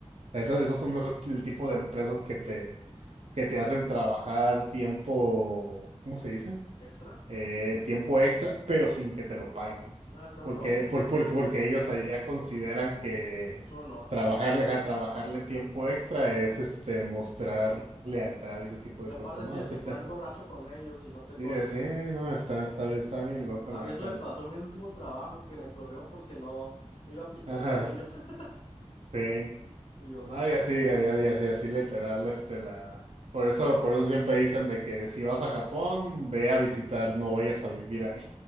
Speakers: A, on the right (about 70°); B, on the left (about 65°).
A: Esas, esas son las- el tipo de empresas que te, que te hacen trabajar tiempo, ¿cómo se dice?
B: Extra.
A: eh, tiempo extra, pero sin que te lo paguen.
B: Nada, están
A: Porque,
B: locos.
A: por, porque, porque ellos allá consideran que
B: Es un honor.
A: trabajarle, ja, trabajarle tiempo extra es este mostrar lealtad y ese tipo de
B: Y aparte
A: cosas, ¿no?
B: tienes
A: Eso
B: que
A: está,
B: poner borracho con ellos y no te
A: y,
B: corren.
A: sí, no, está, está, bien- está bien loco,
B: A
A: la
B: mí eso
A: neta,
B: me
A: la.
B: pasó en mi último trabajo, que me corrieron porque no me iba a pistear
A: <laughs> Ajá,
B: con ellos. <laughs>
A: sí.
B: Y yo,
A: No,
B: no manches.
A: y así, y así, y así así literal, este, la. Por eso, por eso siempre dicen de que si vas a Japón, ve a visitar, no vayas a vivir ahí.